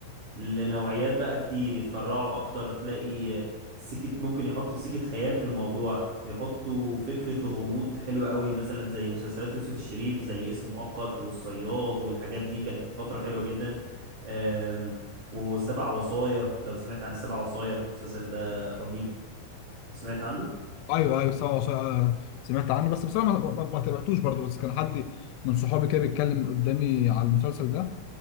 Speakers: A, on the right; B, on the left.
A: لنوعيات بقى كتير يتفرعوا اكتر تلاقي سكة ممكن يحطوا سكة خيال في الموضوع يحطوا فكرة غموض حلوة قوي مثلا زي مسلسلات يوسف الشريف زي اسم مؤقت والصياد والحاجات دي كانت فترة حلوة جدا أم، والسبع وصايا لو سمعت عن السبع وصايا المسلسل ده رهيب سمعت عنه
B: ايوه ايوه سوا سوا آه، سمعت عنه بس بصراحه ما, ما, ما تابعتوش برضه بس كان حد من صحابي كده بيتكلم قدامي على المسلسل ده